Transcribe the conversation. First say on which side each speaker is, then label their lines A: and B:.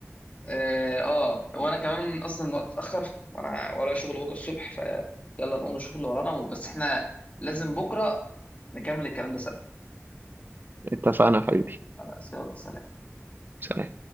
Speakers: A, on the left; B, on the right.
A: اه آه، وانا كمان اصلا الوقت اتاخر وانا ورايا شغل بكره الصبح فيلا نقوم نشوف اللي ورانا بس احنا لازم بكره نكمل الكلام ده سوا
B: اتفقنا يا حبيبي
A: خلاص يلا سلام
B: سلام